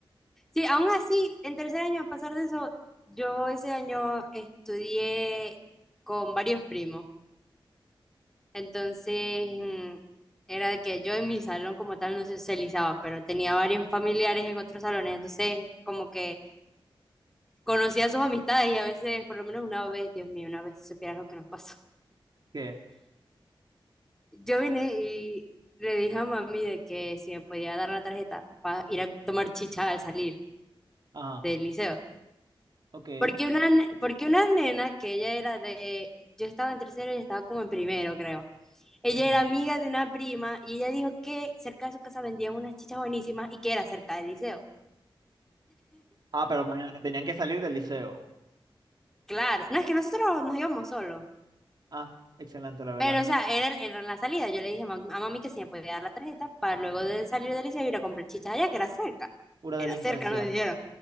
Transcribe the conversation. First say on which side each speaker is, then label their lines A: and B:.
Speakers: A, in the centre; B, on the right.
A: Sí, aún así, en tercer año, a pesar de eso, yo ese año estudié con varios primos. Entonces, mm, era de que yo en mi salón como tal no se socializaba, pero tenía varios familiares en otros salones. Entonces, como que conocía sus amistades y a veces, por lo menos una vez, Dios mío, una vez si supieras lo que nos pasó. <laughs>
B: ¿Qué?
A: Yo vine y le dije a mami de que si me podía dar la tarjeta para ir a tomar chicha al salir
B: Ajá,
A: del liceo.
B: ok.
A: Porque una, ne- porque una nena que ella era de, yo estaba en tercero, ella estaba como en primero, creo. Ella
B: Ujú.
A: era amiga de una prima y ella dijo que cerca de su casa vendían unas chichas buenísimas y que era cerca del liceo.
B: Ah, pero imagínate, tenían que salir del liceo.
A: Claro, no es que nosotros nos íbamos solos,
B: Ah, excelente, la verdad.
A: pero o sea, era en, era en la salida. Yo le dije ma- a mami que si me podía dar la tarjeta para luego de salir del liceo ir a comprar chichas allá, que era cerca.
B: Pura
A: Era
B: delincuencia,
A: cerca, nos dijeron.